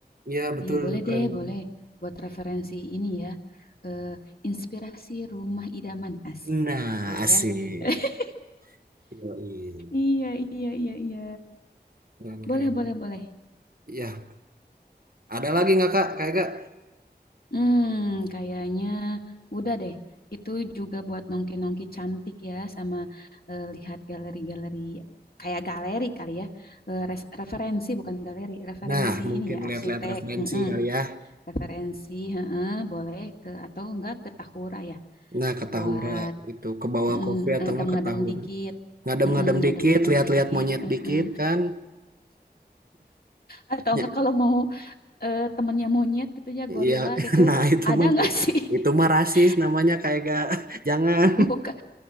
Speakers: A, on the right; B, on the left.
A: Iya, betul,
B: Ih, boleh
A: keren
B: deh,
A: banget.
B: boleh. Buat referensi ini ya. Eh, inspirasi rumah idaman asik
A: Nah,
B: gitu
A: asik.
B: ya. <laughs>
A: Yoi.
B: Iya, iya, iya, iya.
A: Keren,
B: Boleh,
A: keren.
B: boleh, boleh.
A: Ya, ada lagi nggak Kak? Kayak gak?
B: Hmm, kayaknya udah deh. Itu juga buat nongki-nongki cantik ya, sama eh, lihat galeri-galeri, kayak galeri kali ya. Eh, res- referensi bukan galeri, referensi
A: Nah, mungkin
B: ini ya
A: lihat-lihat
B: arsitek.
A: referensi
B: Mm-mm.
A: kali ya.
B: Referensi, heeh, boleh ke atau enggak ke Tahura ya,
A: Nah, ke
B: buat
A: Tahura itu ke bawah
B: mm,
A: kopi atau
B: ngedem-ngedem
A: enggak ke Tahura.
B: dikit.
A: Ngadem-ngadem
B: Mm-mm, ngedem-ngedem
A: dikit, lihat-lihat
B: dikit.
A: monyet
B: heeh.
A: dikit kan.
B: Atau
A: Ya,
B: enggak kalau mau eh, temennya monyet gitu ya, gorila
A: ya, <laughs>
B: gitu,
A: nah itu
B: ada
A: mah
B: enggak sih? <laughs>
A: itu mah rasis namanya kayak gak <laughs> jangan.
B: Bukan.